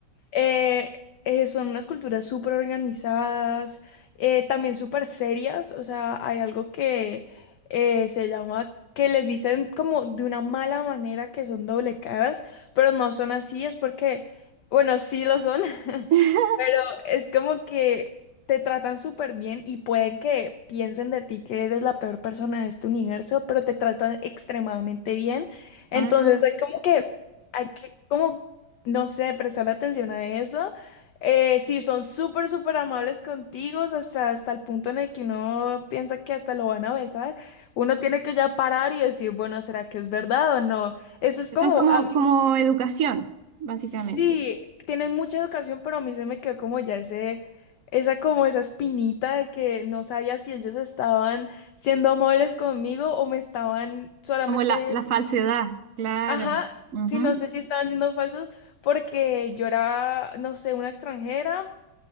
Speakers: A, on the left (about 65°); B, on the right (about 55°).
A: eh, eh, son unas culturas súper organizadas, eh, también súper serias, o sea, hay algo que eh, se llama, que les dicen como de una mala manera que son doble caras, pero no son así, es porque, bueno, sí lo son, <laughs>
B: <laughs>
A: pero es como que te tratan súper bien y pueden que piensen de ti que eres la peor persona de este universo, pero te tratan extremadamente bien, entonces
B: Ah,
A: hay como que, hay que como no sé, prestar atención a eso. Eh, sí, son súper, súper amables contigo, hasta, hasta el punto en el que uno piensa que hasta lo van a besar. Uno tiene que ya parar y decir, bueno, ¿será que es verdad o no? Eso es
B: están
A: como,
B: como,
A: a mí,
B: como educación, básicamente.
A: sí, tienes mucha educación, pero a mí se me quedó como ya ese, esa como esa espinita de que no sabía si ellos estaban siendo amables conmigo o me estaban solamente
B: Como la, la falsedad, claro.
A: Ajá,
B: Ujú.
A: sí, no sé si estaban siendo falsos porque yo era, no sé, una extranjera